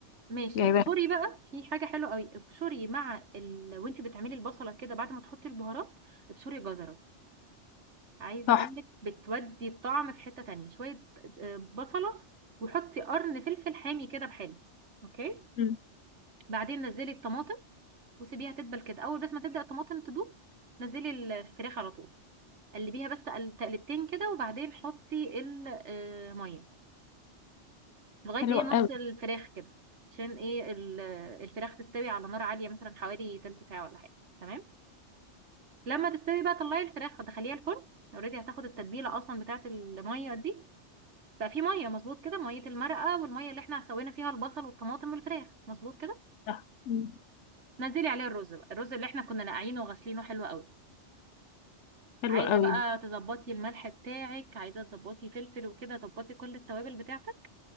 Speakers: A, on the right; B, on the left.
A: ماشي
B: جايباها
A: ابشري بقى في حاجه حلوه قوي ابشري مع ال... وانت بتعملي البصله كده بعد ما تحطي البهارات ابشري جزر عايزه
B: صح
A: اقولك بتودي الطعم في حته تانية شويه آه، بصله وحطي قرن فلفل حامي كده بحاله اوكي
B: مم.
A: بعدين نزلي الطماطم وسيبيها تدبل كده اول بس ما تبدا الطماطم تدوب نزلي الفراخ على طول قلبيها بس قل- تقلبتين كده وبعدين حطي الميه لغايه
B: حلوة
A: ايه نص
B: أوي
A: الفراخ كده عشان ايه ال- الفراخ تستوي على نار عاليه مثلا حوالي تلت ساعه ولا حاجه تمام لما تستوي بقى طلعي الفراخ ودخليها الفرن اوريدي هتاخد التتبيله اصلا بتاعت الميه دي بقى في ميه مظبوط كده ميه المرقه والميه اللي احنا سوينا فيها البصل والطماطم والفراخ مظبوط كده
B: صح مم.
A: نزلي عليها الرز بقى الرز اللي احنا كنا نقعينه وغسلينه حلو قوي
B: حلوة
A: عايزه
B: أوي
A: بقى تظبطي الملح بتاعك عايزه تظبطي فلفل وكده تظبطي كل التوابل بتاعتك